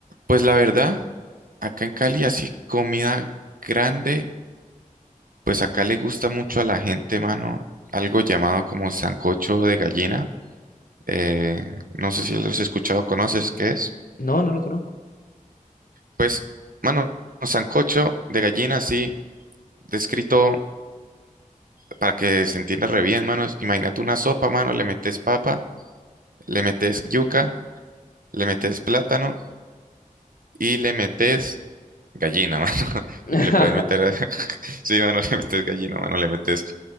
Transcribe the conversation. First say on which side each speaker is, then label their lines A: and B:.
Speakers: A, on the right; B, on the left.
A: Pues la verdad, acá en Cali así comida grande, pues acá le gusta mucho a la gente, mano, algo llamado como sancocho de gallina. Eh, no sé si los he escuchado, ¿conoces qué es?
B: No, no lo conozco.
A: Pues, mano, sancocho de gallina, así, descrito para que se entienda re bien, mano. es- Imagínate una sopa, mano, le metes papa, le metes yuca, le metes plátano y le metes Gallina, mano. <laughs>
B: <laughs>
A: Le, le puedes meter. a- <laughs> Sí, mano, le metes gallina, mano, le metes.